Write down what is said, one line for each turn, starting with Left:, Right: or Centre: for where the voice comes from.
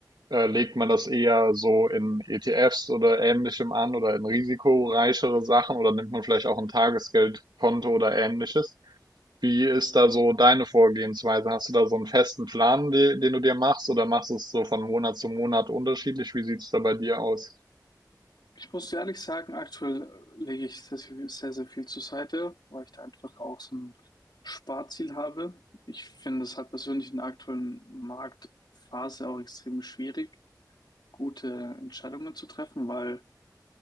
Right: Äh, legt man das eher so in ETFs oder ähnlichem an oder in risikoreichere Sachen oder nimmt man vielleicht auch ein Tagesgeldkonto oder ähnliches? Wie ist da so deine Vorgehensweise? Hast du da so einen festen Plan, de- den du dir machst, oder machst du es so von Monat zu Monat unterschiedlich? Wie sieht's da bei dir aus?
Left: Ich muss dir ehrlich sagen, aktuell lege ich sehr, sehr, sehr sehr viel zur Seite, weil ich da einfach auch so ein Sparziel habe. Ich finde es halt persönlich in der aktuellen Marktphase auch extrem schwierig, gute Entscheidungen zu treffen, weil